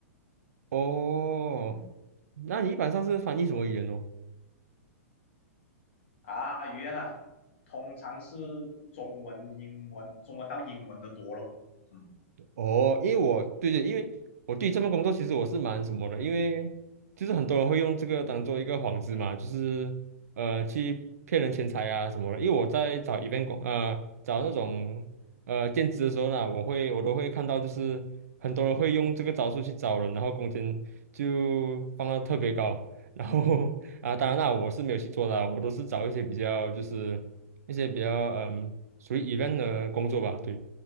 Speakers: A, on the right (about 80°); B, on the left (about 50°).
A: 哦，
B: 嗯，
A: 那你一般上是翻译什么语言哦？
B: 啊，语言啊，通常是中文、英文，中文到英文的多咯。嗯，
A: 哦，因为我对对，因为我对这份工作其实我是蛮什么的，因为就是很多人会用这个当做一个幌子嘛，就是呃去骗人钱财啊什么的。因为我在找一 v 工呃找那种呃兼职的时候呢，我会我都会看到就是很多人会用这个招数去找人，然后工钱就放到特别高。然后 <laughs> 啊，当然啦，我是没有去做的啊我都是找一些比较就是一些比较嗯属于 event 的工作吧，对。